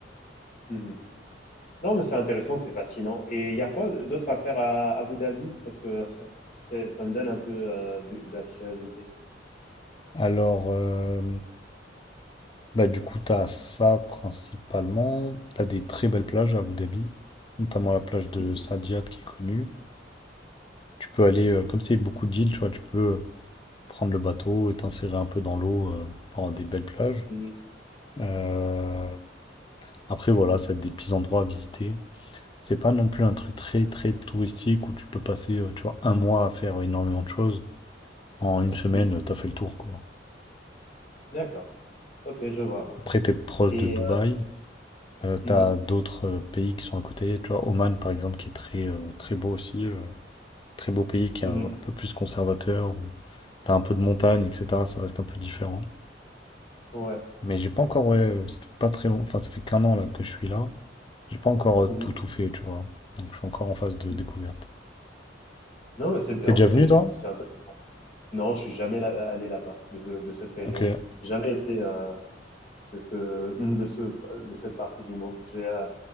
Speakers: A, on the left; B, on the left.
A: Mmh Non, mais c'est intéressant, c'est fascinant et il y a quoi d'autre à faire à Abu Dhabi? Parce que <laughs> c'est ça me donne un peu, heu, de de la curiosité.
B: Alors, euh, Bah, du coup, t'as ça principalement. T'as des très belles plages à Abu Dhabi, notamment la plage de
A: Mmh
B: Saadiyat qui est connue. Tu peux aller, euh, comme c'est beaucoup d'îles, tu vois, tu peux euh, prendre le bateau et t'insérer un peu dans l'eau euh, par des belles plages.
A: mh, mmh
B: Euh, Après, voilà, ça a des petits endroits à visiter. C'est pas non plus un truc très très touristique où tu peux passer, euh, tu vois, un
A: mh,
B: mois à faire énormément de choses. En une semaine,
A: mmh
B: euh, t'as fait le tour, quoi.
A: D'accord, OK, je vois
B: Après, t'es proche
A: et
B: de Dubaï.
A: heu,
B: Euh, t'as
A: mmh mh,
B: d'autres euh, pays qui sont à côté, tu vois, Oman par exemple qui est très, euh, très beau aussi, euh, très beau pays qui
A: mmh
B: est un, un peu plus conservateur, où t'as un peu de montagne, etc. Ça reste un peu différent.
A: ouais,
B: Mais j'ai pas encore, ouais, euh, ça fait pas très long, enfin ça fait qu'un an là que je suis là, j'ai pas encore euh,
A: mmh
B: tout
A: mh,
B: tout fait, tu vois. Donc je suis encore en phase de
A: mmh.
B: découverte.
A: Non, mais c'est bien,
B: T'es déjà
A: c'est
B: venu toi?
A: c'est intéressant. Non, je suis jamais là- allé là-bas, de, ce- de cette région.
B: Ok,
A: Jamais été euh, de ce, de ce, de cette partie du monde. J'ai, euh,